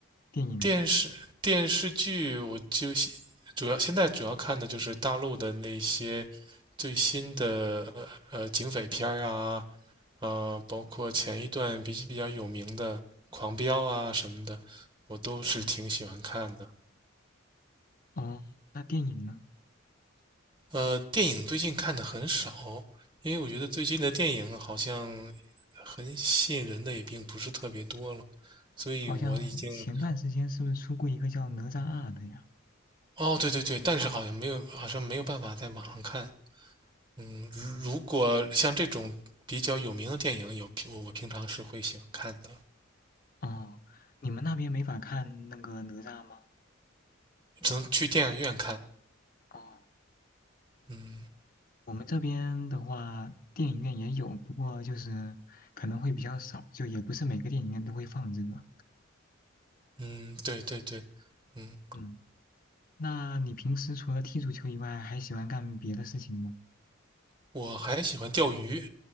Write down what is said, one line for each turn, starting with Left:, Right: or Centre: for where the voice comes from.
Left: 电影？
Right: 电视电视剧，我就现主要现在主要看的就是大陆的那些最新的呃呃警匪片儿啊，呃，包括前一段比比较有名的《狂飙》啊什么的，我都是挺喜欢看的。
Left: 嗯哦，那电影呢？
Right: 呃，电影最近看的很少，因为我觉得最近的电影好像很吸引人的也并不是特别多了，所以我已经
Left: 好像前段时间是不是出过一个叫《哪吒二》的呀？
Right: 哦，对对对，但是好像没有，好像没有办法在网上看，嗯，如果像这种比较有名的电影，有我我平常是会喜欢看的，
Left: 哦，你们那边没法看那个哪吒吗？
Right: 只能去电影院看。
Left: 哦。
Right: 嗯
Left: 我们这边的话，电影院也有，不过就是可能会比较少，就也不是每个电影院都会放这个。
Right: 嗯，对对对，嗯，
Left: 嗯，那你平时除了踢足球以外，还喜欢干别的事情吗？
Right: 我还喜欢钓鱼。